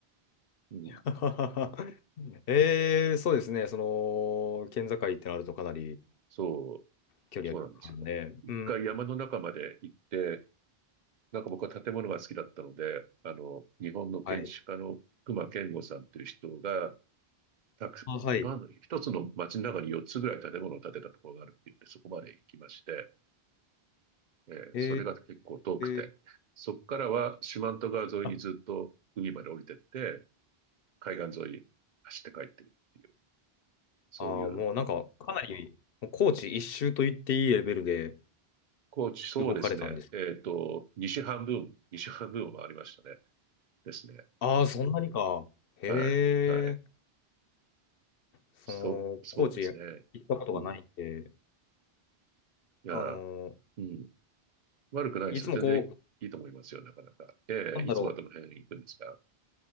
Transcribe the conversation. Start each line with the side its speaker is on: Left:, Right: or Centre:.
Right: うん。
Left: <laughs> ええそうですね。その、県境ってなるとかなり
Right: そ
Left: 距離あるんで、
Right: そうなんですよ。一回山の中まで行って、
Left: うん。
Right: なんか僕は建物が好きだったので、あの、日本の建築家の隈研吾さんという人が、
Left: はい。
Right: たく、
Left: あ、はい。
Right: なんだ、一つの街の中に4つぐらい建物を建てたところがあるっていうんで、そこまで行きまして、えーそれが結構遠くて、
Left: えー
Right: そこからは四万十川沿いにずっと海まで降りてって、
Left: あ、
Right: 海岸沿い走って帰ってくるっていう、そういう、
Left: あーもうなんか、かなり、もう高知一周と言っていいレベルで
Right: 高知、そうですね、
Left: 動かれたんです。
Right: えっと、西半分、西半分を回りましたね。ですね。
Left: ああ、そんなにか。へえ、
Right: はい、はい。
Left: その、
Right: そう、そうですね。
Left: 高知行ったことがないんで、
Right: うん。いや、
Left: あの、
Right: うん。悪くないですよ。
Left: いつもこ
Right: 全然いいと思いますよ、なかなか。ええ、
Left: う、なんだろう、
Right: いつもはどの辺行くんですか